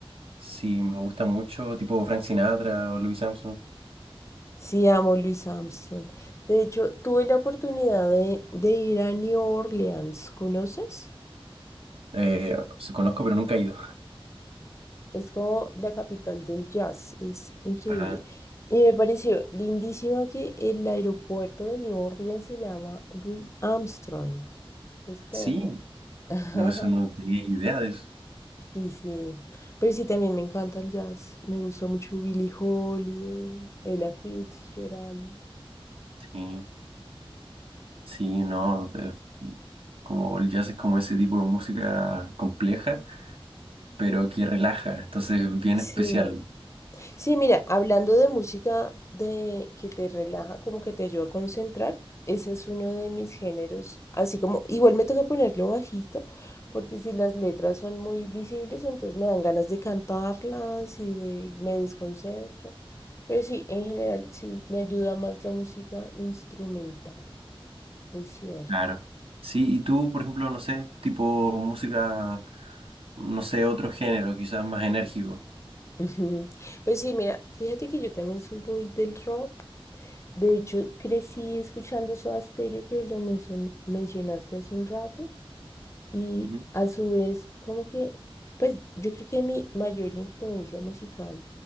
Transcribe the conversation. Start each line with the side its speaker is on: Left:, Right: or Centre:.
Right: Sí, me gusta mucho, tipo Frank Sinatra o Louis Armstrong.
Left: Sí, amo Louis Armstrong. De hecho, tuve la oportunidad de, de ir a New Orleans, ¿conoces?
Right: Eh, se conozco, pero nunca he ido.
Left: Es como la capital del jazz, es increíble.
Right: Ajá.
Left: Y me pareció lindísimo que el aeropuerto de New Orleans se llama Louis Armstrong. ¿Puedes creerlo?
Right: Sí,
Left: <laughs>
Right: no, eso no tenía idea de eso.
Left: Sí, sí. Pero sí, también me encanta el jazz. Me gusta mucho Billie Holiday, Ella Fitzgerald.
Right: Sí. Sí, no, eh, como el jazz es como ese tipo de música compleja, pero que relaja, entonces bien
Left: Sí.
Right: especial.
Left: Sí, mira, hablando de música de que te relaja, como que te ayuda a concentrar, ese es uno de mis géneros, así como igual me toca ponerlo bajito, porque si las letras son muy visibles, entonces me dan ganas de cantarlas y de me desconcentro. Pero sí, en general sí me ayuda más la música instrumental, es cierto.
Right: Claro. Sí, y tú, por ejemplo, no sé, tipo música, no sé, otro género, quizás más enérgico.
Left: <laughs> Ujú. Pues sí, mira, fíjate que yo también soy muy del rock, De hecho, crecí escuchando Soda Stereo, que lo menso- mencionaste hace un rato, y
Right: Ujú.
Left: a su vez, como que, pues yo creo que mi mayor influencia musical